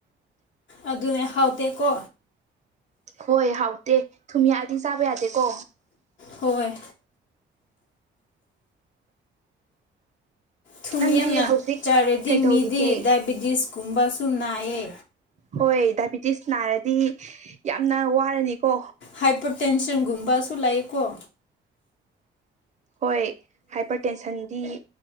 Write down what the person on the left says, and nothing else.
ꯑꯗꯨꯅꯦ ꯍꯥꯎꯇꯦꯀꯣ
ꯍꯣꯏ ꯊꯨꯝ
ꯌꯥꯝꯅ
ꯆꯥꯔꯗꯤ
ꯃꯤꯗꯤ ꯗꯥꯏꯕꯤꯇꯤꯁꯀꯨꯝꯕꯁꯨ ꯅꯥꯏꯌꯦ
ꯍꯥꯏꯄꯔꯇꯦꯟꯁꯟꯒꯨꯝꯕꯁꯨ ꯂꯩꯀꯣ